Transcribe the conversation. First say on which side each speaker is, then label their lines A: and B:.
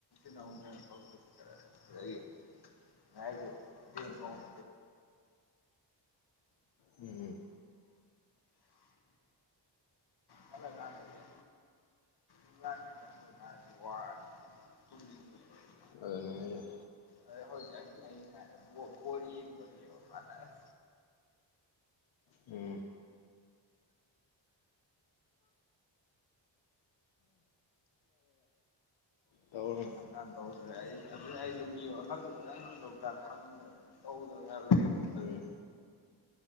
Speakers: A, on the left; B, on the left.
A: ꯅ ꯑꯃꯨꯒꯥꯎꯁ ꯂꯩꯌꯦ <unintelligible> ꯥꯏꯗ <unintelligible>
B: ꯎꯝ ꯎꯝ
A: ꯈꯜꯂꯀꯥꯟꯗꯗꯤ <unintelligible> <inaudible> ꯇꯨꯝꯅꯤꯡꯉꯦ ꯑꯩ
B: ꯑꯗꯨꯅꯦ ꯑꯩꯁꯦ
A: ꯑꯩ ꯍꯧꯏꯖꯤꯛ ꯑꯍꯤꯡ ꯑꯍꯤꯡ ꯍꯥꯏꯔ ꯕꯣ - ꯕꯣꯜ ꯌꯦꯡꯕꯒꯤꯕ ꯐꯖꯔꯦ
B: ꯎꯝ ꯇꯧꯔꯦ
A: ꯑ ꯀꯥꯟꯅ ꯇꯧꯈ꯭ꯔꯦ ꯑꯩ ꯑꯗꯨ ꯑꯩꯖꯨ ꯃꯤ ꯑꯣ ꯍꯪꯖꯨ ꯐꯖꯟ ꯍꯪꯗꯣꯛꯇ ꯍꯪꯗ꯭ꯔꯦ ꯍꯧꯗꯅ ꯂꯩꯌꯦꯕ ꯇꯟ
B: ꯎꯝ